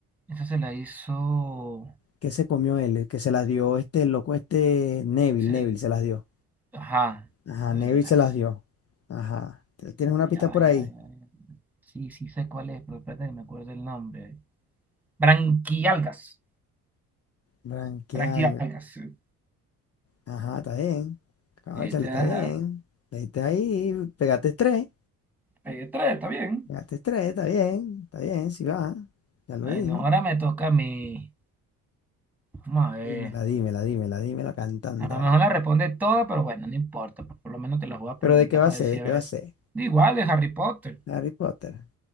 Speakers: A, in the centre; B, on the left.
A: Esa se la hizo...
B: ¿Qué se comió él? Que se las dio este loco, este Neville,
A: se-
B: Neville se las dio.
A: Ajá.
B: Ajá,
A: Pero,
B: Neville se
A: ay,
B: las dio. Ajá. ¿Tienes una pista
A: ya va,
B: por
A: ya
B: ahí?
A: va, ya va. Sí, sí sé cuál es, pero espérate que me acuerdo del nombre. Branquialgas.
B: Branquial.
A: Branquialgas. sí.
B: Ajá, está bien. Cónchale,
A: Ahí Está,
B: está bien. Le diste ahí, pegaste tres.
A: pegué tres, está bien.
B: Pegaste tres, está bien. Está bien, si va. Ya lo
A: Ay,
B: dijo.
A: no, ahora me toca a mí. Vamos a ver.
B: Dímela, dímela, dímela, dímela cantando.
A: A lo mejor la responde toda, pero bueno, no importa. Por lo menos te las voy a preguntar
B: ¿Pero de qué va
A: para
B: a ser?
A: decir,
B: ¿De qué
A: a ver.
B: va a ser?
A: De Igual, de Harry Potter.
B: Harry Potter.